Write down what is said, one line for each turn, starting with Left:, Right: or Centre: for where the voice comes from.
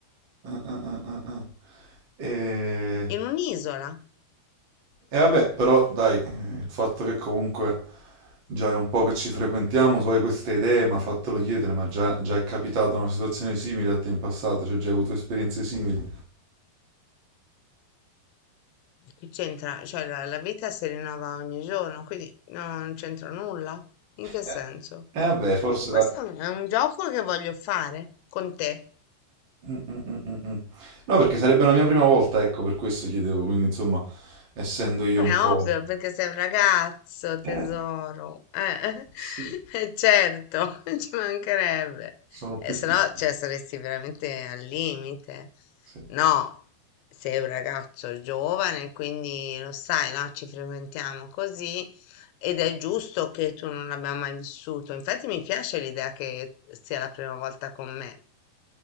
Right: Ah, ah, ah, ah, ah. E...
Left: in un'isola.
Right: e vabbè, però dai, eh, il fatto che comunque già è un po' che ci frequentiamo, tu hai queste idee, ma fatelo chiedere, ma già, già è capitata una situazione simile a te in passato, cioè già hai avuto esperienze simili.
Left: Che c'entra? Cioè, la, la vita si rinnova ogni giorno, quindi no, non c'entra nulla. In che senso?
Right: Eh, eh, vabbè, forse
Left: No, questo
Right: dai.
Left: è un è un gioco che voglio fare con te.
Right: Mm, mm, mm, mm, mm. No, perché sarebbe la mia prima volta, ecco, per questo chiedevo, quindi insomma, essendo
Left: È
Right: io un
Left: ovvio,
Right: po'...
Left: perché sei un ragazzo, tesoro.
Right: Eh,
Left: Eh,
Right: sì.
Left: <laughs> eh, certo, <laughs> ci mancherebbe.
Right: Sono
Left: Eh,
Right: più
Left: se
Right: piccoli.
Left: no, cioè, saresti veramente al limite.
Right: sì.
Left: No, sei un ragazzo giovane, quindi lo sai, no? Ci frequentiamo così ed è giusto che tu non l'abbia mai vissuto. Infatti mi piace l'idea che sia la prima volta con me.